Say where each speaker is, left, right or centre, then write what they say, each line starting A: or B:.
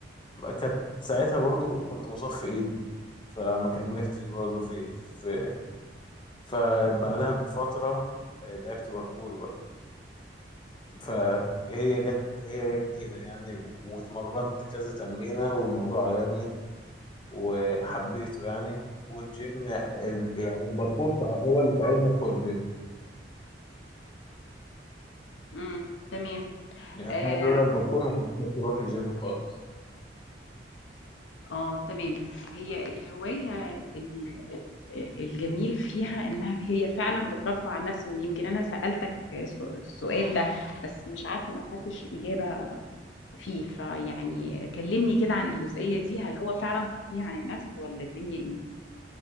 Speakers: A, on the left; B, on the left.
A: كانت ساعتها برضو كنت مصاب في ايدي فما كملتش برضو في, في فبعدها بفترة لعبت باركور بقى فهي جت هي جت كده يعني و- واتمرنت كذا تمرينة والموضوع عجبني وحبيته يعني والجيم ال- يعني الباركور سا- هو اللي ساعدني ادخل الجيم
B: امم تمام
A: يعني
B: اه
A: أنا لولا الباركور ما كنتش هروح الجيم خالص
B: آه، تمام هي الهواية ال- الجميل فيها انها هي فعلا بترفع عن النفس ويمكن انا سألتك السؤ- السؤال ده بس مش عارفة ما اخدتش إجابة فيه فيعني كلمني كده عن الجزئية دي هل هو فعلا ترفيه عن النفس ولا الدنيا ايه؟